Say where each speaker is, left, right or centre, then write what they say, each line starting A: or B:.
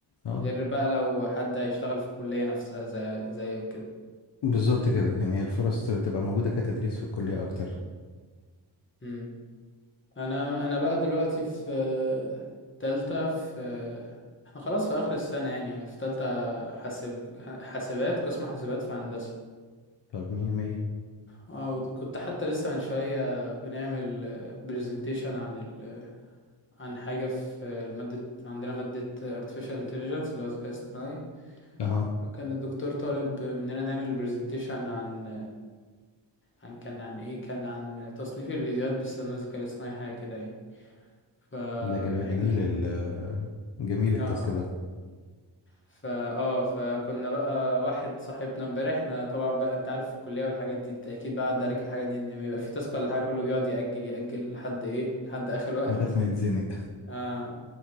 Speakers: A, on the left; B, on the left.
A: اه
B: غير بقى لو حد هيشتغل في الكلية نفسها زي زيك كده
A: بالظبط كده يعني هي الفرص
B: مم.
A: ت- تبقى موجودة كتدريس في الكلية أكتر
B: مم. انا انا بقى دلوقتي في آه، تالتة في آه، احنا خلاص في اخر السنة يعني في تالتة حاسب حاسبات قسم حاسبات في هندسة
A: طب مية مية
B: اه وت- كنت حتى لسه من شوية بنعمل برزنتيشن عن ال عن حاجة في المادة عندنا مادة artificial intelligence اللي هو الذكاء الاصطناعي
A: أها
B: كان الدكتور طالب مننا نعمل برزنتيشن عن عن كان عن ايه كان عن تصنيف الفيديوهات باستخدام الذكاء الاصطناعي حاجة كده يعني فاحنا
A: ده جم- جميل ال جميل التاسك
B: اه
A: ده
B: فا اه فكنا بقى واحد صاحبنا امبارح احنا طبعا بقى انت عارف الكلية والحاجات دي انت اكيد بقى عدى عليك الحاجات دي ان بيبقى في تاسك ولا حاجة كله بيقعد يأجل يأجل لحد ايه لحد اخر <laughs> وقت
A: لغاية ما يتزنق
B: آه